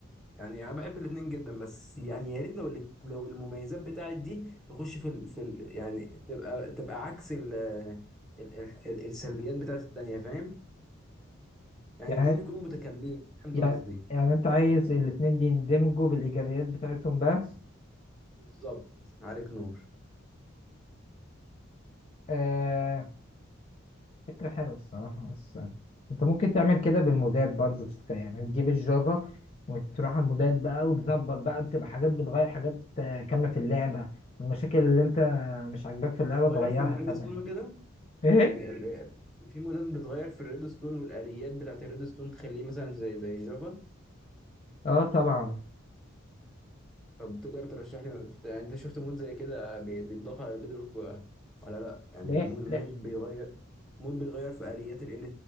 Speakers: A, in the centre; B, on the left (about 30°).
A: يعني انا بحب الاثنين جدا بس يعني يا ريت لو ال- لو المميزات بتاعت دي تخش في ال... في ال... يعني تبقى تبقى عكس ال... ال... ال... ال- السلبيات بتاعت التانية فاهم يعني
B: يعني
A: الاثنين يكونوا متكاملين فاهم
B: يعني
A: ده قصدي
B: يعني انت عايز الاتنين دي يندمجوا بالايجابيات بتاعتهم بس
A: بالظبط عليك نور
B: آه فكرة حلوة الصراحة بس انت ممكن تعمل كده بالمودات برضو في- يعني تجيب الجافا وتروح على المودات بقى وتظبط بقى بتبقى حاجات بتغير حاجات آه، كاملة في اللعبة المشاكل اللي انت مش عاجباك في اللعبة
A: تغير
B: تغيرها
A: في الريد
B: كمان
A: ستون كده
B: ايه
A: يعني ال- في موديل بتغير في الريد ستون والآليات بتاعت الريد ستون تخليه مثلا زي زي جافا
B: اه طبعا
A: طب تقدر ترشح لي يعني انت شفت مود زي كده بي- بيتضاف على البيدروك و- ولا لا يعني
B: لا
A: مود مود
B: لا
A: بيغير مود بيغير في آليات ال